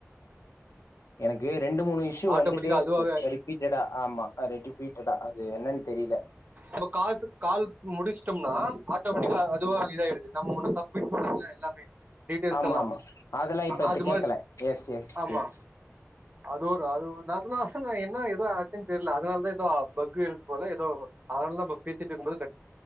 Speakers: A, on the left (about 80°); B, on the right (about 35°).
A: எனக்கு ரெண்டு மூணு இஷ்யூ
B: ஆட்டோமேட்டிக்கா
A: வந்துட்டே இருக்கு
B: அதுவாவே
A: ரிபீட்டடா ஆமா ரிபீட்டடா அது என்னனு தெரியல
B: ஒரு காசுக் கால் முடிஸ்டோம்னா ஆட்டோமெட்டிக்கா
A: ம்
B: அதுவா இதாய்டுது நம்ம முன்ன சம்மிட் பண்னோம்ல எல்லாமே டீடெயில்ஸ்
A: ஆமா
B: எல்லா
A: ஆமா அதெல்லா இப்ப
B: அது
A: தி-
B: மாரி
A: கேக்கல எஸ் எஸ்
B: ஆமா
A: எஸ்
B: அது ஒரு அது நா அதுதாங்க என்ன எதோ ஆ தெர்ல அதனாலதா எதோ பக் இருக்கு போல எதோ அதனாலதா இப்ப பேசிட்டு இருக்கும் போது